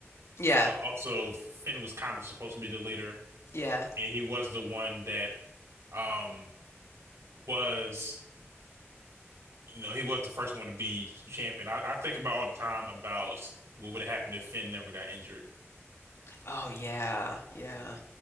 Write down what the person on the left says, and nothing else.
Yeah.
Yeah.
Oh yeah, yeah.